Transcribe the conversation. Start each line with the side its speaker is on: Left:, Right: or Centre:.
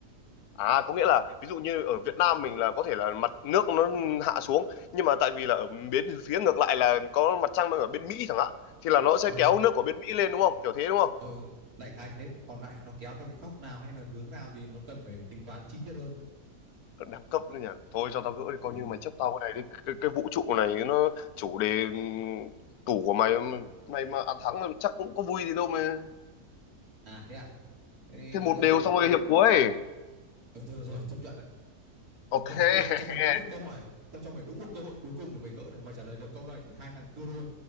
Left: À có nghĩa là ví dụ như ở Việt Nam mình là có thể là mặt nước nó hạ xuống nhưng mà tại vì là ở bên phía ngược lại là có mặt trăng đang ở bên Mỹ chẳng hạn thì là nó sẽ
Right: ừ,
Left: kéo nước của bên Mỹ lên đúng không? Kiểu thế đúng không?
Right: ừ, đại khái thế còn lại nó kéo theo cái góc nào hay là hướng nào thì nó cần phải tính toán chi tiết hơn
Left: Đẳng cấp đấy nhỉ. Thôi cho tao gỡ đi
Right: ừ.
Left: coi như mày chấp tao cái này đi. Cái, cái vũ trụ này nó chủ đề ừm, tủ của mày mày mà ăn thắng là chắc cũng có vui gì đâu mà.
Right: à thế à thế thì
Left: Thêm
Right: bây
Left: một
Right: giờ
Left: đều xong rồi hiệp cuối.
Right: ừ, thôi rồi chấp nhận đấy
Left: Ok.
Right: Thôi,
Left: <laughs>
Right: bây giờ tao cho mày đúng một câu hỏi, tao cho mày đúng một cơ hội cuối cùng để mày gỡ này. Mày trả lời được câu này thì hai thằng cưa đôi